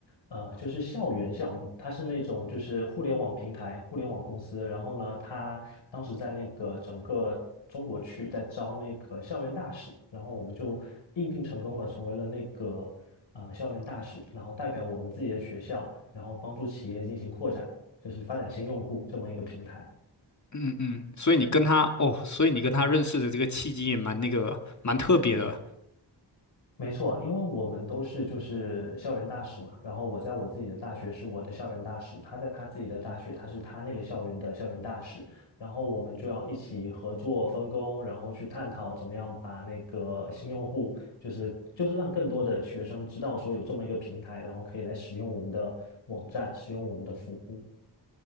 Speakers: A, on the left (about 85°); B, on the left (about 40°).
A: 呃，就是校园项目。它是那种就是互联网平台、互联网公司。然后呢，他当时在那个整个中国区在招那个校园大使，然后我们就应聘成功了，成为了那个呃校园大使，然后代表我们自己的学校，然后帮助企业进行扩展，就是发展新用户这么一个平台。
B: 嗯嗯，所以你跟他，哦，所以你跟他认识的这个契机也蛮那个，蛮特别的。
A: 没错，因为我们都是就是校园大使嘛，然后我在我自己的大学是我的校园大使，他在他自己的大学，他是他那个校园的校园大使，然后我们就要一起合作分工，然后去探讨怎么样把那个新用户，就是就是让更多的学生知道说有这么一个平台，然后可以来使用我们的网站，使用我们的服务。